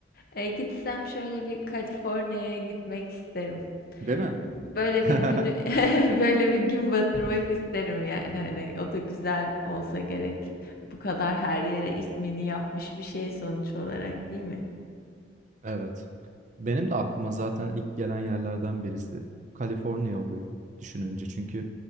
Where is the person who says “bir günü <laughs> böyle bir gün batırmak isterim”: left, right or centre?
Left